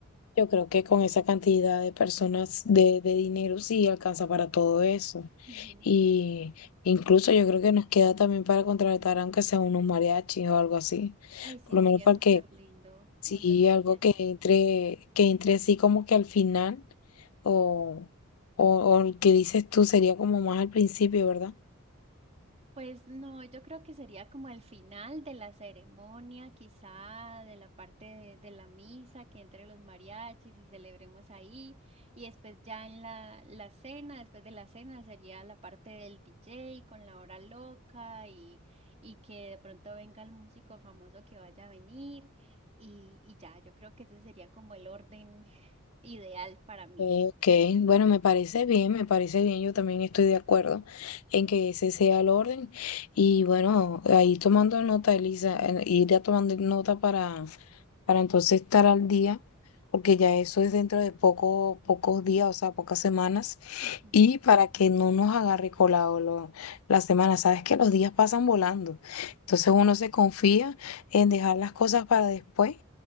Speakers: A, on the left; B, on the right.
A: Yo creo que con esa cantidad de personas, de, de dinero, sí alcanza para todo eso.
B: Ujú.
A: Y incluso yo creo que nos queda también para contratar, aunque sea unos mariachis o algo así.
B: Ay, sí,
A: Por lo
B: sería
A: menos para
B: súper
A: que,
B: lindo
A: sí,
B: unos mariachis.
A: algo que entre, que entre así como que al final, o, o, o el que dices tú sería como más al principio, ¿verdad?
B: Pues no, yo creo que sería como el final de la ceremonia, quizá de la parte de, de la misa, que entre los mariachis y celebremos ahí. Y después ya en la, la cena, después de la cena sería la parte del DJ con la hora loca y, y que de pronto venga el músico famoso que vaya a venir. Y, y ya, yo creo que ese sería como el orden <laughs> ideal para mí.
A: Ok, bueno, me parece bien, me parece bien, yo también estoy de acuerdo en que ese sea el orden y bueno, ahí tomando nota, Elisa, eh, ir ya tomando nota para, para entonces estar al día, porque ya eso es dentro de poco, pocos días, o sea, pocas semanas,
B: Ujú.
A: y para que no nos agarre colado lo- la semana, sabes que los días pasan volando, entonces uno se confía en dejar las cosas para después